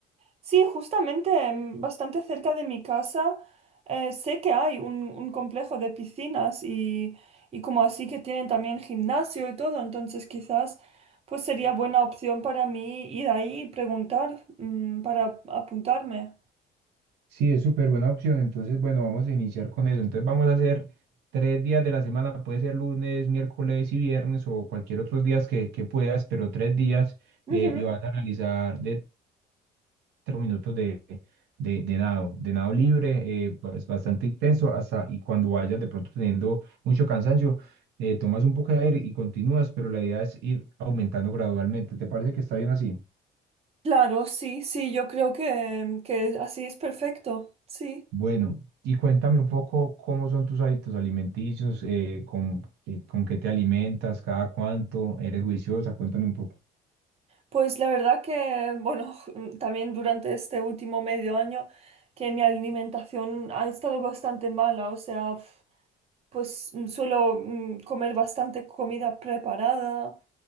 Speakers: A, on the right (about 35°); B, on the right (about 80°).
A: Sí, justamente em, bastante cerca de mi casa eh, sé que hay un, un complejo de piscinas y, y como así que tienen también gimnasio y todo, entonces quizás pues sería buena opción para mí ir ahí y preguntar mm, para apuntarme.
B: Sí, es súper buena opción. Entonces, bueno, vamos a iniciar con eso. Entonces, vamos a hacer tres días de la semana. Puede ser lunes, miércoles y viernes o cualquier otros días que, que puedas, pero tres días
A: Ujú.
B: eh, y vas a realizar de tres minutos de, de, de nado, de nado libre, eh, pues bastante intenso hasta y cuando vayas de pronto teniendo mucho cansancio, eh, tomas un poco de aire y continúas, pero la idea es ir aumentando gradualmente. ¿Te parece que está bien así?
A: Claro, sí, sí, yo creo que, que así es perfecto, sí.
B: Bueno, y cuéntame un poco cómo son tus hábitos alimenticios, eh, con, qué- con qué te alimentas, cada cuánto, eres juiciosa, cuéntame un poco.
A: Pues la verdad que, bueno, <laughs> también durante este último medio año que mi alimentación ha estado bastante mala, o sea... pues mm, suelo mm, comer bastante comida preparada